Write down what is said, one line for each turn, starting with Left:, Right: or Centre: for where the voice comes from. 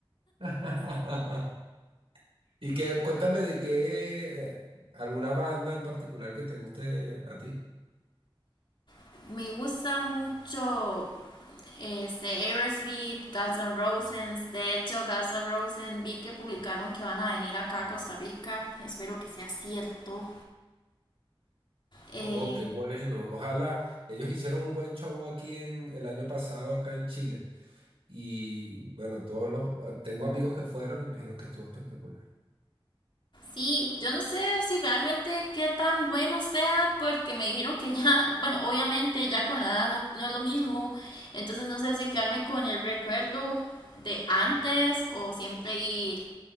Right: <laughs> Y que cuéntame de qué eh, alguna banda en particular que te guste a ti.
Left: <laughs> Me gusta mucho este Aerosmith, Guns N' Roses. De hecho, Guns N' Roses vi que publicaron que van a venir acá a Costa Rica. Espero que sea cierto. Eh,
Right: Oh, qué bueno. Ojalá ellos hicieron un buen show aquí en el año pasado acá en Chile. Y bueno, todos los tengo amigos que fueron y me dijeron que estuvo espectacular.
Left: Sí, yo no sé si realmente qué tan bueno sea, porque me dijeron que ya, bueno, obviamente ya con la edad no, no es lo mismo, entonces no sé si quedarme con el recuerdo de antes o siempre ir